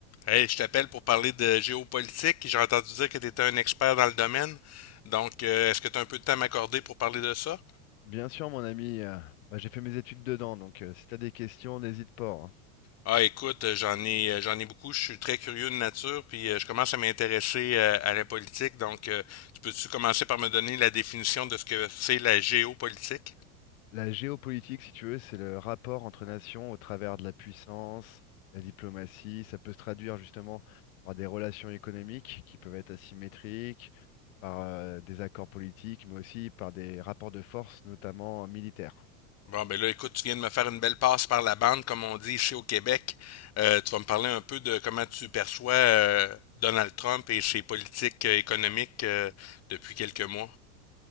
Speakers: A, on the left; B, on the left.
A: Hey, je t'appelle pour parler de géopolitique. J'ai entendu dire que tu étais un expert dans le domaine. Donc, euh, est-ce que tu as un peu de temps à m'accorder pour parler de ça?
B: Bien sûr, mon ami, euh, bah, j'ai fait mes études dedans, donc euh, si tu as des questions, n'hésite pas. hein.
A: Ah, écoute, euh, j'en ai, euh, j'en ai beaucoup. Je suis très curieux de nature, puis euh, je commence à m'intéresser euh, à la politique. Donc, euh, tu peux-tu commencer par me donner la définition de ce que c'est la géopolitique?
B: La géopolitique, si tu veux, c'est le rapport entre nations au travers de la puissance, la diplomatie. Ça peut se traduire justement par des relations économiques qui peuvent être asymétriques, par euh, des accords politiques, mais aussi par des rapports de force, notamment militaires.
A: Bon, ben là, écoute, tu viens de me faire une belle passe par la bande, comme on dit ici au Québec. Euh, tu vas me parler un peu de comment tu perçois euh, Donald Trump et ses politiques euh, économiques euh, depuis quelques mois.